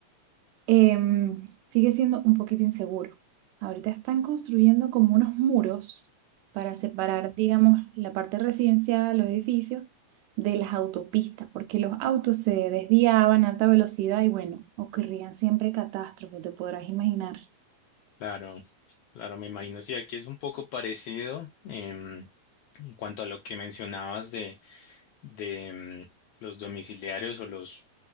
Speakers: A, on the right; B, on the left.
A: em, sigue siendo un poquito inseguro. Ahorita están construyendo como unos muros para separar, digamos, la parte residencial, los edificios, de las autopistas, porque los autos se desviaban a alta velocidad y bueno, ocurrían siempre catástrofes, te podrás imaginar.
B: Claro, claro, me imagino. Sí, aquí es un poco parecido em, en cuanto a lo que mencionabas de mm, los domiciliarios o los,